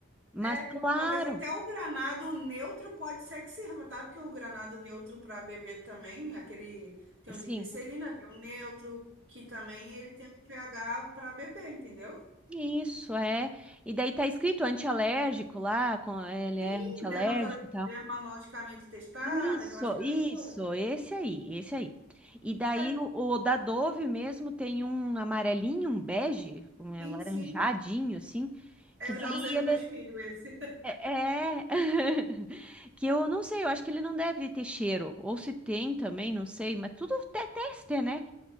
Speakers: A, in the centre; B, on the right (about 60°).
A: Mas
B: É,
A: claro,
B: talvez até o granado neutro pode ser que sirva, tá? Porque o granado neutro para bebê também, aquele tem
A: sim.
B: um de glicerina, tem um neutro, que também ele tem um pH para bebê, entendeu?
A: Isso, é. E daí tá escrito antialérgico lá, com- é, ele é
B: Sim,
A: antialérgico
B: dermatolo-
A: e tal.
B: dermatologicamente testado,
A: Isso,
B: aquelas coisas
A: isso,
B: todas.
A: esse aí, esse aí. E daí
B: É,
A: o, o da Dove mesmo tem um amarelinho, um bege, um é,
B: sim,
A: laranjadinho,
B: sim.
A: assim,
B: É,
A: que
B: Eu
A: daí
B: já usei nos
A: ele
B: meus filhos esse.
A: é, é- <laughs> que eu não sei, eu acho que ele não deve ter cheiro, ou se tem também, não sei, mas tudo é teste, né?